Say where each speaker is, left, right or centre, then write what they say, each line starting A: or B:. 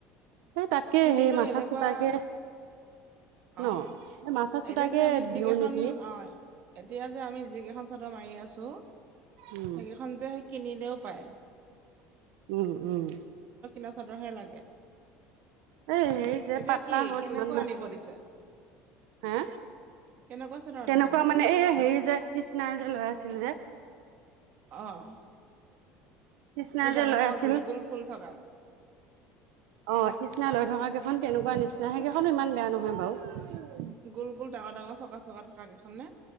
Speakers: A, on the right; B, on the right.
A: এই তাতকে
B: কিনিলেও
A: সেই মাছা
B: এনেকুৱা
A: চুটাকে ন!
B: অ
A: এই মাছাছোটাকে
B: এতিয়া যে আমি যিকেইখন
A: দিওঁ নেকি।
B: অ এতিয়া যে আমি যি কেইখন চাদৰ মাৰি আছো
A: উম
B: সেইকেইখন যে সেই কিনিলেও পায়।
A: উম উম
B: লা চাদৰহে লাগে।
A: এ হেই যে
B: এতিয়া
A: পাতলা
B: কি
A: হ'ল
B: কেনেকুৱা
A: ইমান মান
B: আনিব দিছে
A: হা
B: কেনেকুৱা চাদৰ
A: তেনেকুৱা
B: আনিব দিছে
A: মানে এই হেৰি যে কৃষ্ণাই যে লৈ আছিলো যে।
B: অ'
A: কৃষ্ণাই
B: এই ডাঙৰ
A: যে লৈ
B: ডাঙৰ
A: আছিল
B: গোল গোল ফুল থকা
A: অ' কৃষ্ণাই লৈ থকা কেইখন তেনেকুৱা নিচিনা সেইকেইখনো ইমান বেয়া নহয় বাৰু।
B: গোল গোল ডাঙৰ ডাঙৰ চকা চকা থকা কেইখন নে।